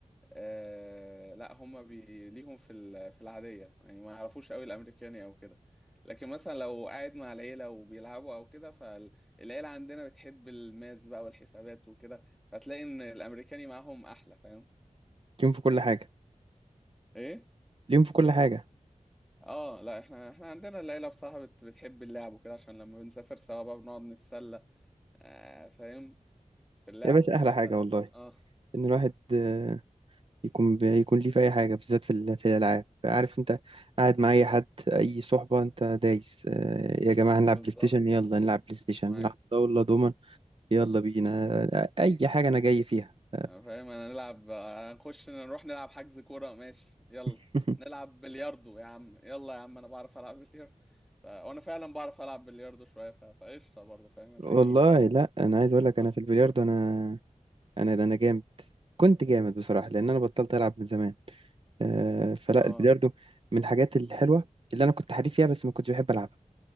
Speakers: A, in the centre; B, on the right.
A: آه لا هم بي... ليهم في ال... في العادية يعني ما يعرفوش قوي الأمريكاني أو كده لكن مثلا لو قاعد مع العيلة وبيلعبوا أو كده فالعيلة عندنا بتحب الماس بقى والحسابات وكده فتلاقي إن الأمريكاني معاهم أحلى فاهم
B: اليوم في كل حاجة
A: إيه؟
B: اليوم في كل حاجة
A: اه لا احنا احنا عندنا العيلة بصراحة بت... بتحب اللعب وكده عشان لما بنسافر سوا بقى بنقعد نتسلى آه فاهم في اللعب
B: يا باشا
A: وكده
B: أحلى حاجة
A: ف
B: والله
A: اه
B: إن الواحد آه، يكون يكون ليه في اي حاجه بالذات في ال- في الالعاب عارف انت قاعد مع اي حد اي صحبه انت دايس آه، يا جماعه هنلعب
A: بالظبط
B: بلاي ستيشن يلا نلعب بلاي ستيشن
A: معاك
B: نلعب طاوله دومن يلا بينا آه، اي حاجه انا جاي فيها آه،
A: أنا فاهم انا نلعب نخش نروح نلعب حجز كورة ماشي يلا
B: <laughs>
A: نلعب بلياردو يا عم يلا يا عم انا بعرف العب بلياردو ف... وانا فعلا بعرف العب بلياردو شوية ف... فقشطة برضه فاهم هتلاقيني
B: والله لا انا عايز اقول لك
A: اه
B: انا في البلياردو انا انا ده انا جامد كنت جامد بصراحه لان انا بطلت العب من زمان آه، فلا
A: آه.
B: البلياردو من الحاجات الحلوه اللي انا كنت حريف فيها بس ما كنتش بحب العبها